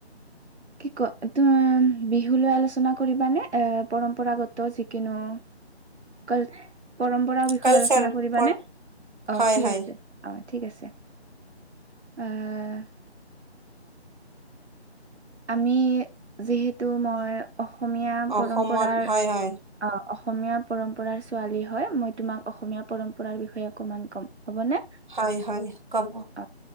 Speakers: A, on the right; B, on the right.
A: কি কয় বিহু লৈ আলোচনা কৰিবানে এ, পৰম্পৰাগত যিকোনো কল পৰম্পৰাৰ বিষয়ে
B: কালচাৰ
A: আলোচনা কৰিবানে?
B: পৰ
A: অ',
B: হয়
A: ঠিক
B: হয়
A: আছে। অ', ঠিক আছে। অ'। আমি যিহেতু, মই অসমীয়া
B: অসমত
A: পৰম্পৰাৰ
B: হয় হয়
A: অ', অসমীয়া পৰম্পৰাৰ ছোৱালী হয়, মই তোমাক অসমীয়া পৰম্পৰাৰ বিষয়ে অকমান ক'ম। হ'বনে?
B: হয়, হয়, ক'ব।
A: অ',